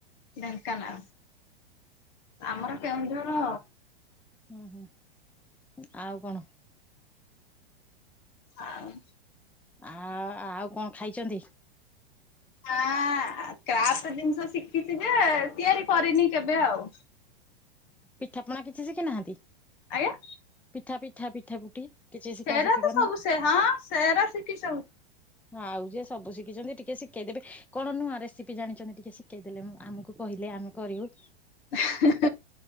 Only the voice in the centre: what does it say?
ହୁଁ ହୁଁ ଆଉ କଣ?
ଆ ଆଉ କଣ ଖାଇଛନ୍ତି
ପିଠାପଣା କିଛି ଶିଖି ନାହାନ୍ତି?
ପିଠା ପିଠା ପିଠା ପୁଠି। କିଛି ଶିଖା
ଶୁଖି
କରିନା
ହଁ ଆଉ ଯିଏ ସବୁ ଶିଖିଚନ୍ତି ଟିକେ ଶିଖେଇଦେବେ, କଣ ନୂଆ ରେସିପି ଜାଣିଚନ୍ତି ଟିକେ ଶିଖେଇ ଦେଲେ ମୁଁ ଆମକୁ କହିଲ ଲେ ଆମେ କରିବୁ।